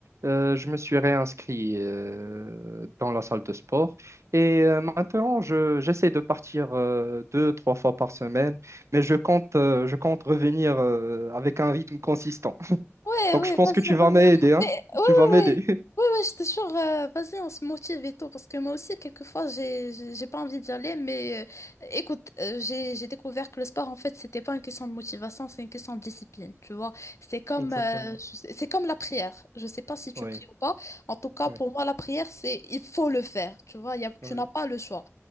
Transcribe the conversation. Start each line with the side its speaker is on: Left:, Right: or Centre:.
Right: euh, je me suis réinscrit euh, dans la salle de sport. Et euh, maintenant, je, j'essaie de partir euh, deux, trois fois par semaine, mais je compte, euh, je compte revenir euh, avec un rythme consistant. <laughs>
Left: Ouais,
Right: Donc,
Left: ouais,
Right: je pense
Left: vas-y,
Right: que tu vas
Left: reviens.
Right: m'aider, hein?
Left: Mais, ouais, ouais,
Right: Tu vas m'aider.
Left: ouais.
Right: <laughs>
Left: Ouais, ouais, je te jure, euh, vas-y, on se motive et tout, parce que moi aussi, quelquefois, j'ai, j'ai j'ai pas envie d'y aller, mais euh, écoute, euh, j'ai, j'ai découvert que le sport, en fait, c'était pas une question de motivation, c'est une question de discipline, tu vois. C'est comme,
Right: Exactement.
Left: euh, je sais- c'est comme la prière. Je sais pas si tu
Right: Oui,
Left: pries ou pas. En tout cas,
Right: oui,
Left: pour moi, la prière, c'est, il faut le faire, tu vois, il y a- tu
Right: oui.
Left: n'as pas le choix.